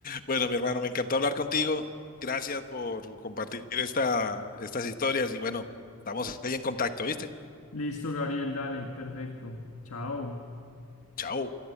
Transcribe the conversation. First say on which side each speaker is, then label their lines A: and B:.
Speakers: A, on the left; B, on the left.
A: Bueno, mi hermano, me encantó hablar contigo. Gracias por compartir esta, estas historias y bueno, estamos ahí en contacto, ¿viste?
B: Listo, Gabriel, dale, perfecto. Chao.
A: Chao.